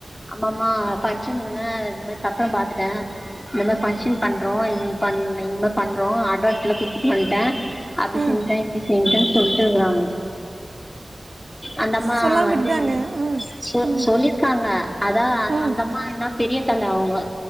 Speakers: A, on the left; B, on the right.
A: ஆமா மா ஃபங்க்ஷன் இந்த மாரி சத்திரம் பாத்துட்டேன் இந்த மாரி ஃபங்க்ஷன் பண்றோ இந்த மாதிரி பண்றோ அட்வான்ஸ் எல்லாம் குப்பிட்டு பண்ணட்டேன் அப்படினு
B: ஆ
A: சொன் செஞ்சுடெனு சொல்லிக்கிறாங்க அந்தம்மா
B: சொல்லாமல்
A: வந்து
B: விட்டுட்டாங்க ஆ
A: சொ
B: ம்
A: சொல்லியிருக்காங்க அதான்
B: ம்
A: அந்தம் ஆமா ஏன்ன பெரிய தல அவங்க